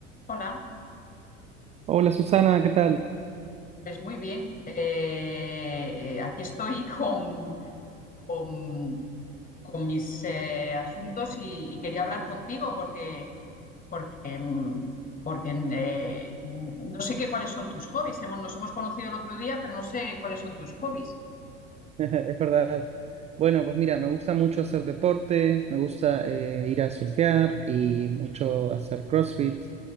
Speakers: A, on the left; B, on the right.
A: Hola,
B: Hola Susana, ¿qué tal?
A: pues muy bien. Eh, aquí estoy <laughs> con, con- con mis eh, asuntos y, y quería hablar contigo porque, porque, mm, porque eh, no sé qué cuáles son tus hobbies. Hemos- nos hemos conocido el otro día, pero no sé cuáles son tus hobbies.
B: <laughs> Es verdad. Bueno, pues mira, me gusta mucho hacer deporte, me gusta eh, ir a surfear y mucho hacer CrossFit.